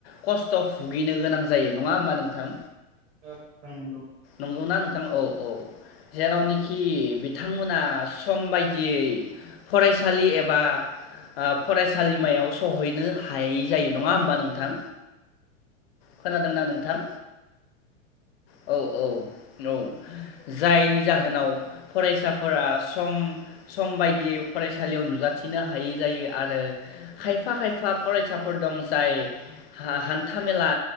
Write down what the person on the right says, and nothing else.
औ औ नोंगौ
उम